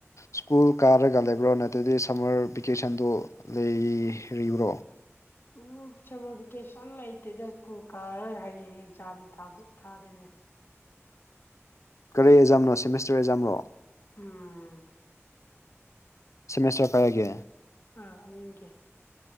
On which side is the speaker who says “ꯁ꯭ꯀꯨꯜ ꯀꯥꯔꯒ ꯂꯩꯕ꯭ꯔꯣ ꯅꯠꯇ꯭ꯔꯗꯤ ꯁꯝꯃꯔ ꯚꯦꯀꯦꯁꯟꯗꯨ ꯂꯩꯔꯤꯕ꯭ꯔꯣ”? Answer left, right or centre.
Left